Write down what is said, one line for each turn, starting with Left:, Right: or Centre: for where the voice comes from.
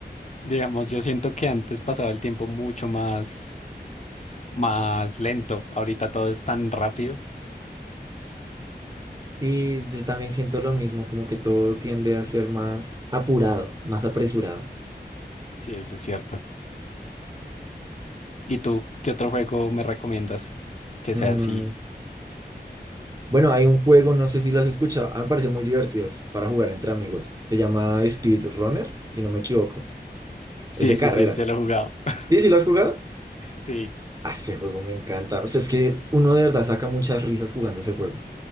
Left: Digamos, yo siento que antes pasaba el tiempo mucho más, más lento. Ahorita todo es tan rápido.
Right: Y yo también siento lo mismo, como que todo tiende a ser más apurado, más apresurado.
Left: Sí, eso es cierto. ¿Y tú, qué otro juego me recomiendas que
Right: Mm,
Left: sea así?
Right: Bueno, hay un juego, no sé si lo has escuchado, a mí me parece muy divertido para jugar entre amigos. Se llama Speedrunner, si no me equivoco.
Left: Sí,
Right: Es de
Left: sí,
Right: carreras.
Left: sí, se lo he jugado. <laughs>
Right: ¿Sí, sí lo has jugado?
Left: Sí.
Right: Ah, este juego me encanta. O sea, es que uno de verdad saca muchas risas jugando ese juego.